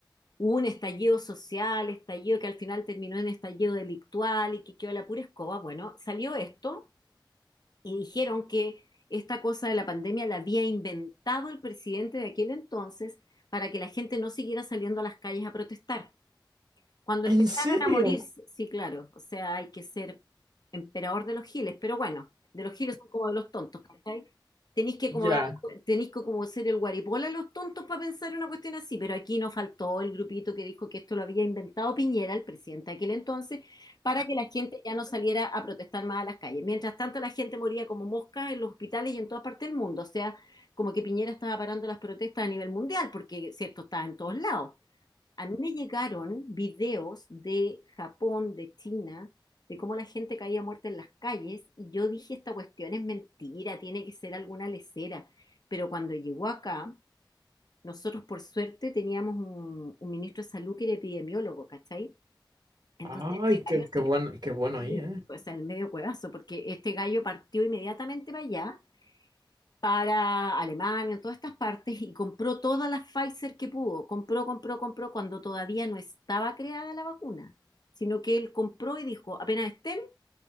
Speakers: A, on the left; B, on the right.
A: Hubo un estallido social, estallido que al final terminó en estallido delictual y que quedó la pura escoba. Bueno, salió esto y dijeron que esta cosa de la pandemia la había inventado el presidente de aquel entonces para que la gente no siguiera saliendo a las calles a protestar. Cuando
B: ¿En
A: empezaron
B: serio?
A: a morir, sí, claro, o sea, hay que ser emperador de los giles, pero bueno, de los giles son como de los tontos, ¿cachai? Tenéis que
B: Ya.
A: como dar, tenéis que como ser el guaripola de los tontos para pensar una cuestión así, pero aquí no faltó el grupito que dijo que esto lo había inventado Piñera, el presidente de aquel entonces, para que la gente ya no saliera a protestar más a las calles. Mientras tanto, la gente moría como moscas en los hospitales y en toda parte del mundo, o sea, como que Piñera estaba parando las protestas a nivel mundial, porque si esto estaba en todos lados. A mí me llegaron videos de Japón, de China, de cómo la gente caía muerta en las calles y yo dije, esta cuestión es mentira, tiene que ser alguna lesera. Pero cuando llegó acá, nosotros por suerte teníamos un, un ministro de salud que era epidemiólogo, ¿cachai? Entonces
B: Ay,
A: este
B: qué,
A: gallo
B: qué
A: se...
B: bueno, qué bueno
A: sí,
B: ahí, ¿eh?
A: o sea, el medio cuevazo, porque este gallo partió inmediatamente para allá para Alemania, todas estas partes, y compró todas las Pfizer que pudo. Compró, compró, compró cuando todavía no estaba creada la vacuna, sino que él compró y dijo, apenas estén,